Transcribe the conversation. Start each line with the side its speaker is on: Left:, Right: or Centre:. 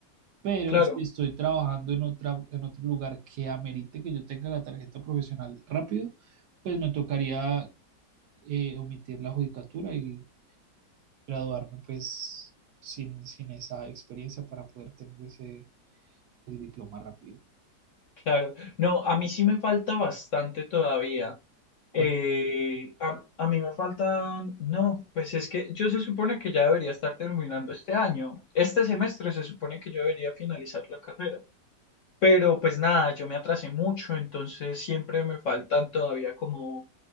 Right: Pero
Left: Claro,
Right: si estoy trabajando en otra, en otro lugar que amerite que yo tenga la tarjeta profesional rápido, pues me tocaría eh, omitir la judicatura y graduarme pues sin, sin esa experiencia para poder tener ese, el diploma rápido.
Left: claro. No, a mí sí me falta bastante todavía.
Right: ¿Cuánto?
Left: Eh, a, a mí me faltan, no, pues es que yo se supone que ya debería estar terminando este año. Este semestre se supone que yo debería finalizar la carrera. Pero pues nada, yo me atrasé mucho, entonces siempre me faltan todavía como